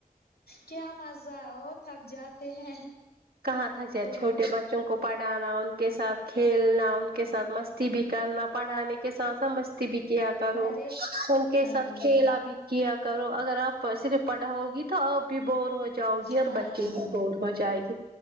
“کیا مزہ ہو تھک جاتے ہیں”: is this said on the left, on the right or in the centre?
Left